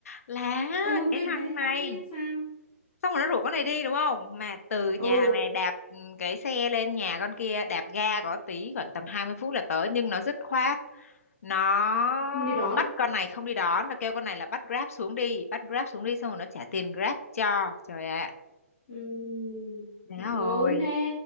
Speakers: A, on the left; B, on the left.
A: là
B: ừ
A: cái
B: cái
A: thằng
B: thì hãm
A: này
B: thế sao
A: xong rồi nó rủ con này đi đúng không mà từ nhà
B: ồ
A: hàng này đạp ừ, cái xe lên nhà con kia đạp ga có tí khoảng tầm 20 phút là tới nhưng nó dứt khoát nó
B: không đi đón
A: bắt con này không đi đón và kêu con này là bắt Grab xuống đi bắt Grab xuống đi xong rồi nó trả tiền Grab cho trời ạ
B: Ừm,
A: Má
B: gớm
A: ơi,
B: thế